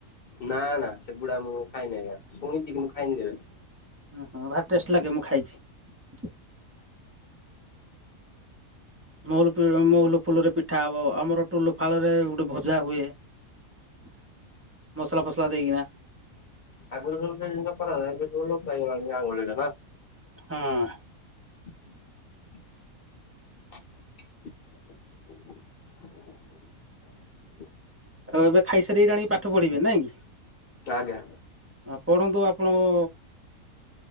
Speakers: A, on the left (about 50°); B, on the right (about 20°).
A: ନା ନା ସେଗୁଡା ମୁଁ ଖାଇନି ଆଜ୍ଞା ଶୁଣିଚି କିନ୍ତୁ ମୁଁ ଖାଇନି କେବେ?
B: ଉଁ ହୁଁ ଭାରି ଟେଷ୍ଟ ଲାଗେ ମୁଁ ଖାଇଛି। ମହୁଲ ପୁଲ ମହୁଲ ଫୁଲରେ ପିଠା ହବ। ଆମର ଟୋଲ ଫାଳ ରେ ଗୋଟେ ଭଜା ହୁଏ। <unintelligible> ମସଲା ଫସଲା ଦେଇକିନା
A: ଆଗରୁ <unintelligible> ଆଙ୍ଗୁଳିରେ ନା।
B: ହଁ।
A: ଅଛି। <unintelligible>
B: ଆଉ ଏବେ ଖାଇସାରିକି ଜାଣିକି ପାଠ ପଢିବେ ନାଇଁ କି?
A: କାଜ୍ଞା।
B: ଆ ପଢ଼ନ୍ତୁ ଆପଣଙ୍କୁ